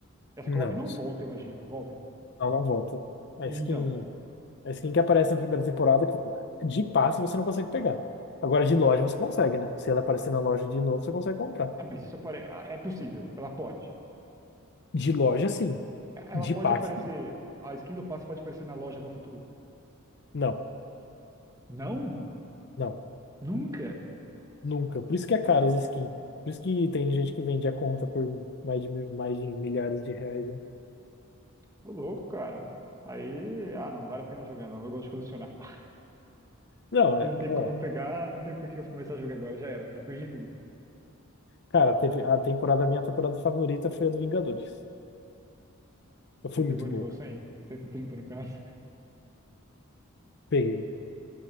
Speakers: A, on the right; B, on the left.
A: Essa
B: Não.
A: collab não volta, eu imagino. Volta.
B: Não, não volta. A
A: E
B: skin.
A: então.
B: A skin que aparece na primeira temporada, que, de passe você não consegue pegar. Agora, de loja você consegue, né? Se ela aparecer na loja de novo, você consegue comprar.
A: Ah, mas isso pare... ah, é possível. Ela pode.
B: De loja, sim.
A: Ela
B: De
A: pode
B: passe,
A: aparecer. A skin do passe pode aparecer na loja no futuro.
B: não.
A: Não?
B: Não.
A: Nunca?
B: Nunca. Por isso que é caro as skins. Por isso que tem gente que vende a conta por mais de, mi- mais de milhares de reais, né?
A: Ô louco, cara. Aí, ah, não vale a pena jogar, não. Eu gosto de colecionar. <laughs>
B: Não,
A: Se
B: é, é.
A: não tem como pegar, não tem por que eu começar a jogar agora. Já era, já perdi tudo.
B: Cara, teve a temporada, minha temporada favorita foi a do Vingadores. Eu fui
A: Você pegou
B: muito
A: o
B: bom,
A: nível
B: cara.
A: cem cento e trinta no caso.
B: Peguei,